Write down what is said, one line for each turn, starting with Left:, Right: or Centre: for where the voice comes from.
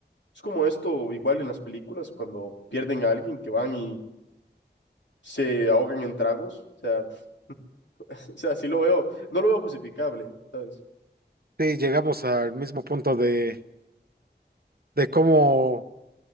Left: Es como esto, igual en las películas, cuando pierden a alguien que van y se ahogan en tragos. O sea, <laughs> o sea, sí lo veo, no lo veo justificable, ¿sabes?
Right: sí, llegamos al mismo punto de, de cómo,